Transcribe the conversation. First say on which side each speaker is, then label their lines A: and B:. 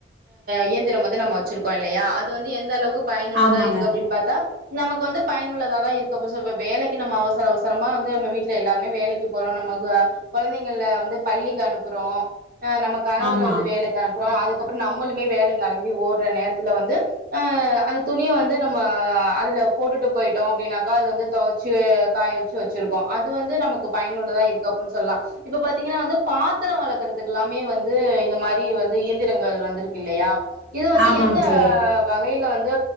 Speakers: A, on the right (about 55°); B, on the right (about 75°).
A: இயந்திரம் வந்து நம்ம வச்சிருக்கோ ல்லையா அது வந்து எந்த அளவுக்கு பயனுள்ளதா
B: ஆமாங்க
A: இருக்கு அப்டின்னு பாத்தா நமக்கு வந்து பயனுள்ளதாதா இருக்கு இப்ப வேலைக்கு நம்ம அவசர அவசரமா வந்து நம்ம வீட்ல எல்லாருமே வேலைக்கு போறோம் நம்ம கொழந்தைங்கல வந்து நம்ம பள்ளிக்கு அனுப்புறோ ஆ நம்ம கணவர்
B: ஆமா
A: வந்து வேலைக்கு அனு அதுக்கப்புறோ நம்முளுமே வேலைக்கு கிளம்பி ஓடுற நேரத்து அதுல வந்து அந்த துணிய வந்து நம்ம அதுல போட்டுட்டு போயிட்டோம் அப்டின்னாக்கா அது வந்து துவைச்சு காய வச்சு வச்சிருக்கும் அது வந்து நமக்கு பயனுள்ளதா இருக்கு அப்டின்னு சொல்லாம் இப்ப பாத்தீங்கன்னா வந்து பாத்திரோ வளக்குறதுக்கு எல்லாமே வந்து இந்த மாரி வந்து இயந்திரங்கள் வந்துருக்கு இல்லையா இது வந்து
B: ஆமாங்க
A: எந்த
B: தோழி
A: வகைல வந்து